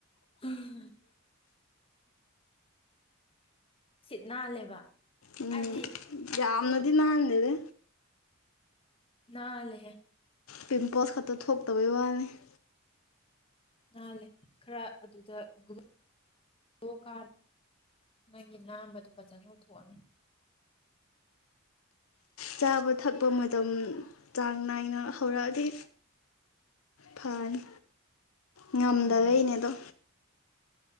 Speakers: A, on the left (about 25°); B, on the left (about 80°).
A: ꯎꯝ ꯁꯤꯠ ꯅꯥꯜꯂꯦꯕ
B: ꯎꯝ
A: ꯍꯥꯏꯗꯤ
B: ꯌꯥꯝꯅꯗꯤ
A: ꯑꯗꯨꯝ
B: ꯅꯥꯟꯗꯦꯗ
A: ꯅꯥꯜꯂꯦꯍꯦ
B: ꯄꯤꯝꯄꯜꯁ ꯈꯛꯇ ꯊꯣꯛꯇꯕꯩ ꯋꯥꯅꯤ <unintelligible>
A: ꯅꯥꯜꯂꯦ ꯈꯔ ꯑꯗꯨꯗ ꯒ꯭ꯂꯣ ꯀꯥꯕꯗꯤ ꯅꯣꯏꯒꯤ ꯅꯥꯟꯕꯗꯣ ꯐꯖꯅ ꯉꯧꯊꯣꯛꯑꯅꯤ
B: ꯆꯥꯕ ꯊꯛꯄ ꯃꯇꯝ ꯆꯥꯡ ꯅꯥꯏꯅ ꯍꯧꯔꯛꯑꯗꯤ ꯐꯅꯤ ꯉꯝꯗꯕꯩꯅꯦ
A: ꯎꯝ
B: ꯑꯗꯣ